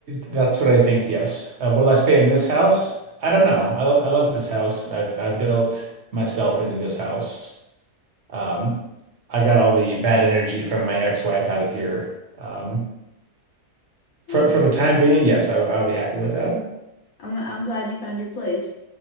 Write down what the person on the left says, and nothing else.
Oh,
I'm I'm glad you found your place.